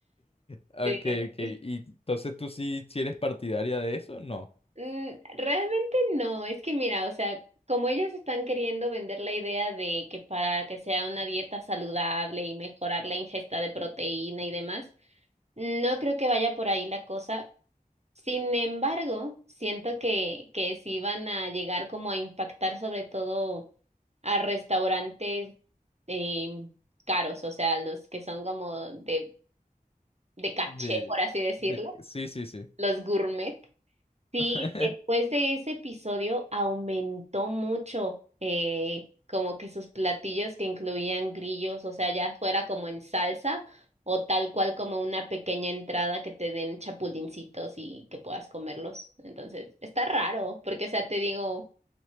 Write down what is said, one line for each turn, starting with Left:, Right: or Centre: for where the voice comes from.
Left: Ok,
Right: Sí.
Left: ok. ¿Y entonces tú sí, sí eres partidaria de eso? No.
Right: Mm, realmente no, es que mira, o sea, como ellos están queriendo vender la idea de que para que sea una dieta saludable y mejorar la ingesta de proteína y demás, no creo que vaya por ahí la cosa. Sin embargo, siento que, que sí van a llegar como a impactar sobre todo a restaurantes em, caros, o sea, los que son como de, de caché,
Left: De,
Right: por así decirlo,
Left: de, sí, sí, sí.
Right: los gourmet. Sí,
Left: <laughs>
Right: después de ese episodio aumentó mucho eh, como que sus platillos que incluían grillos, o sea, ya fuera como en salsa o tal cual como una pequeña entrada que te den chapulincitos y que puedas comerlos. Entonces, está raro, porque o sea, te digo...